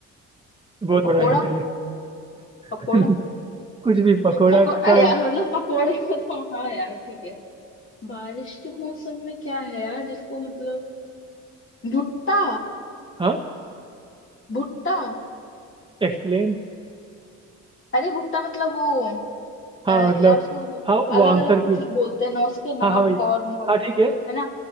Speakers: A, on the right; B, on the left.
A: बहुत
B: पकोड़ा
A: बड़ा हिंट है ये
B: पकोड़ा
A: <laughs> कुछ भी पकोड़ा
B: पकोड़ा
A: का
B: यार मतलब पकोड़े को तो हाँ यार ठीक है बारिश के मौसम में क्या है यार जिसको मतलब भुट्टा
A: हाँ
B: भुट्टा
A: एक्सप्लेन
B: अरे भुट्टा मतलब वो
A: हाँ
B: अ,
A: मतलब
B: यार उसको
A: हाँ वो
B: अलग
A: आंसर
B: अलग कुछ
A: की
B: कुछ बोलते हैं ना उसके नाम
A: हाँ हाँ वही
B: कॉर्न वग-
A: हाँ ठीक है
B: है ना